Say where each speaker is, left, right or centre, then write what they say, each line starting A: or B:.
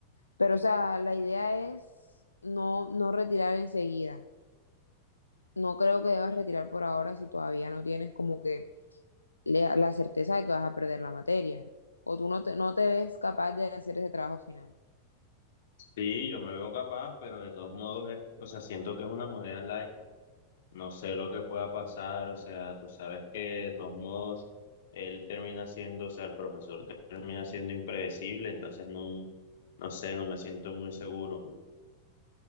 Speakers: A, on the left; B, on the left.
A: pero o sea, la idea es no, no retirar enseguida. No creo que debas retirar por ahora si todavía no tienes como que le- la certeza de que vas a perder la materia o tú no te, no te ves capaz de hacer ese trabajo final.
B: Sí, yo me veo capaz, pero de todos modos, es- o sea, siento que es una moneda al aire. No sé lo que pueda pasar, o sea, tú sabes que de todos modos él termina siendo, o sea, el profesor termina siendo impredecible, entonces no, no sé, no me siento muy seguro.